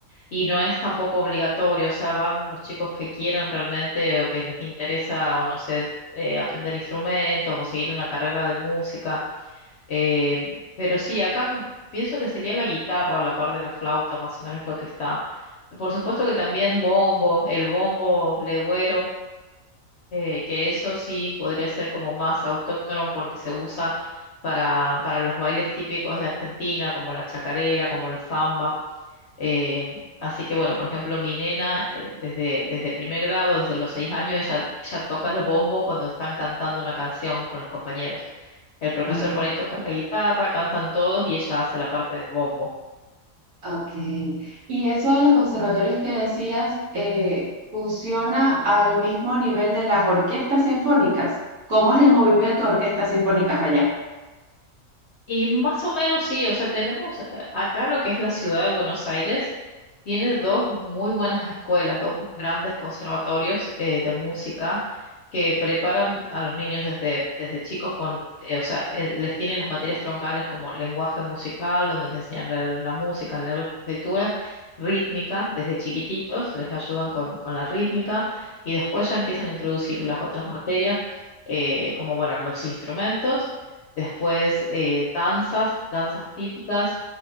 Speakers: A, on the left (about 60°); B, on the right (about 80°).
A: Y no es tampoco obligatorio, o sea, van los chicos que quieran realmente o que les interesa, o no sé, eh, aprender instrumentos o seguir una carrera de música. eh, pero sí, acá m- pienso que sería la guitarra a la par de la flauta, más o menos lo que está. Por supuesto que también bombo, el bombo legüero, eh, que eso sí podría ser como más autóctono porque se usa para, para los bailes típicos de Argentina, como la chacarera, como la zamba. Eh, así que bueno, por ejemplo, mi nena eh, desde, desde primer grado, desde los seis años, ella, ella toca el bombo cuando están cantando una canción con los compañeros. El profesor
B: ya.
A: por ahí toca la guitarra, cantan todos y ella hace la parte del bombo.
B: Ok. Y eso de los conservatorios que decías, eh, ¿funciona al mismo nivel de las orquestas sinfónicas? ¿Cómo es el movimiento de orquestas sinfónicas allá?
A: Y más o menos sí, o sea, tenemos eh, acá lo que es la ciudad de Buenos Aires, tiene dos muy buenas escuelas, dos grandes conservatorios eh, de música que preparan a los niños desde, desde chicos con, eh, o sea, eh, les tienen las materias troncales como lenguaje musical, donde les enseñan a leer la música, leer las partituras, rítmica, desde chiquititos, les ayudan con, con la rítmica y después ya empiezan a introducir las otras materias, eh, como bueno, los instrumentos. Después eh, danzas, danzas típicas,